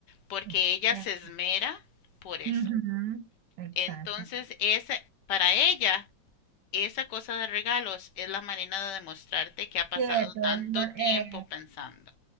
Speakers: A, on the left; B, on the right.
A: porque
B: exacto.
A: ella se esmera por eso.
B: Ujú, Exacto.
A: Entonces, esa, para ella, esa cosa de regalos es la manera de demostrarte que ha pasado
B: Cierto,
A: tanto
B: Eleanor.
A: tiempo
B: Eh,
A: pensando.